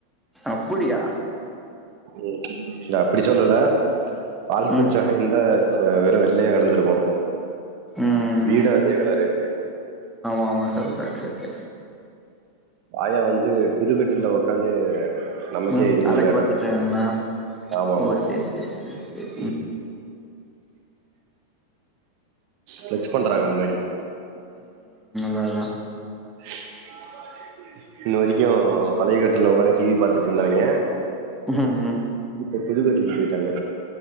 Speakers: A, in the centre; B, on the right.
A: அப்புடியா
B: உம் இல்ல அப்படி சொல்லல பால் பச்ச
A: ம்
B: எந்த வெறு வெள்ளையா கெடந்துருக்கு
A: ம்
B: வீடு அதே கலரு
A: மாமா சர் கட்டுருக்கு
B: ஆயா வந்து புதுக்கட்டுல்ல உக்காந்து நமக்கே
A: ம்
B: இது பண்ணி
A: அழகு
B: காட்றாங்க
A: பாத்துட்டு இருக்காங்களா
B: ஆமா ஆமா
A: ஓ சேரி சேரி சேரி சேரி
B: ம் செச் பண்றாங்க முன்னாடி
A: நல்லத்தா
B: <inaudible> இன்னா வரிக்கு பழைய கட்டில்ல உக்காந்து டிவி பாத்துட்ருந்தாங்க
A: உஹம்
B: இப்ப புதுக்கட்டுலுக்கு போய்ட்டாங்க